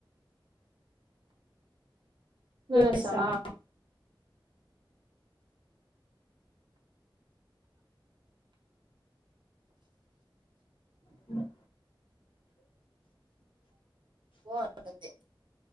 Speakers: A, on the right; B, on the left.
A: నువ్వొస్సావ.
B: చేస్తావా అమ్మ. <unintelligible>
A: దో ఒకటుంది